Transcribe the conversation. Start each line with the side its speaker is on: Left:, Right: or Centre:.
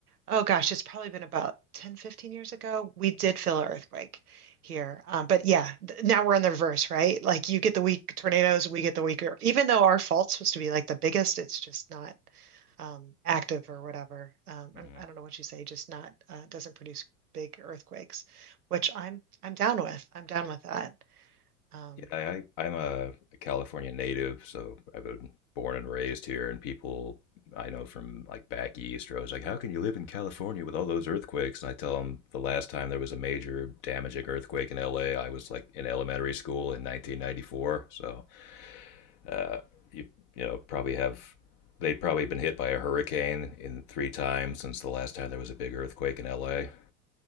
Right: Oh gosh, it's probably been about 10, 15 years ago. We did feel an earthquake here. Um, but yeah, th- now we're in the reverse, right? Like you get the weak tornadoes, we get the weaker. Even though our fault's supposed to be like the biggest, it's just not um, active or whatever. Um,
Left: Mhm.
Right: I, I don't know what you say, just not uh, doesn't produce big earthquakes, which I'm I'm down with. I'm down with that. Um,
Left: Yeah, I, I'm a, a California native, so I've been born and raised here. And people I know from like back east are always like, "How can you live in California with all those earthquakes?" And I tell them the last time there was a major damaging earthquake in LA, I was like in elementary school in 1994. So uh, you you know probably have they'd probably been hit by a hurricane in three times since the last time there was a big earthquake in LA.